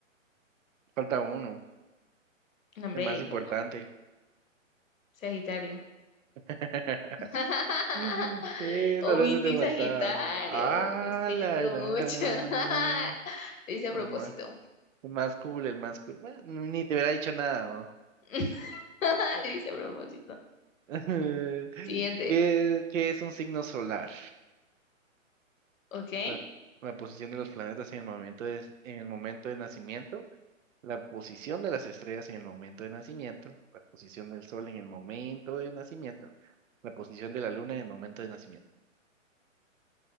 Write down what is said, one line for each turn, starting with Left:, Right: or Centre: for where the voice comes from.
Right: Falta uno,
Left: Nombre,
Right: el más importante.
Left: ¿cómo? Sagitario.
Right: <laughs>
Left: <laughs>
Right: Sí,
Left: Omití
Right: solo eso te faltaba.
Left: Sagitario,
Right: Ah,
Left: lo siento
Right: la gran.
Left: mucho. <laughs> Lo hice a
Right: El
Left: propósito.
Right: más, el más cool, el más cool. Bueno, ni te hubiera dicho nada, ¿no?
Left: <laughs> Lo hice a propósito.
Right: <laughs>
Left: Siguiente,
Right: ¿Qué, qué es un signo solar?
Left: ¿ok?
Right: La, la posición de los planetas en el momento de, en el momento de nacimiento, la posición de las estrellas en el momento de nacimiento, la posición del sol en el momento de nacimiento, la posición de la luna en el momento de nacimiento.